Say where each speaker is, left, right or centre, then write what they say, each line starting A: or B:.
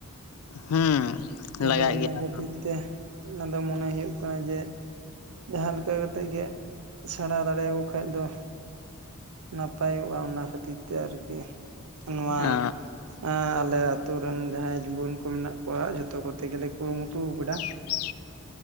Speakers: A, on the left; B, on the right.
A: ᱦᱩᱸ,
B: ᱛᱟᱦᱚᱞᱮ
A: ᱞᱟᱜᱟᱜ
B: ᱤᱱᱟᱹ
A: ᱜᱮᱭᱟ
B: ᱠᱷᱟᱹᱛᱤᱨ ᱛᱮ, ᱚᱱᱟ ᱫᱚ ᱢᱚᱱᱮ ᱦᱳᱭᱳᱜ ᱠᱟᱱᱟ ᱡᱮ ᱡᱟᱦᱟᱸ ᱞᱮᱠᱟ ᱠᱟᱛᱮᱜ ᱜᱮ, ᱥᱮᱬᱟ ᱫᱟᱲᱮᱭᱟ ᱠᱚ ᱵᱟ ᱠᱷᱟᱡ ᱫᱚ, ᱱᱟᱯᱟᱭᱚᱜᱼᱟ ᱚᱱᱟ ᱠᱷᱟᱹᱛᱤᱨ ᱛᱮ, ᱟᱨᱠᱤ ᱱᱚᱶᱟ,
A: ᱚ
B: ᱟᱸ, ᱟᱞᱮ ᱟᱛᱳ ᱨᱮᱱ ᱡᱟᱦᱟᱸᱭ ᱡᱩᱣᱟᱹᱱ ᱠᱚ ᱢᱮᱱᱟᱜ ᱠᱚᱣᱟ, ᱡᱷᱚᱛᱚ ᱠᱚᱛᱮ ᱜᱮᱞᱮ ᱠᱩᱨᱩᱢᱩᱴᱩ ᱠᱟᱫᱟ᱾
A: <inaudible> <inaudible>